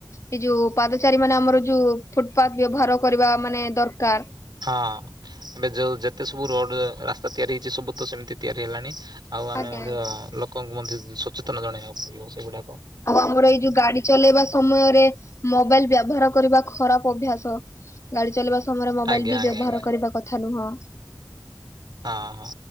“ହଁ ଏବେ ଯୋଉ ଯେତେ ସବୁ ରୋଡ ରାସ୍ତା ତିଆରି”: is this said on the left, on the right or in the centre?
Right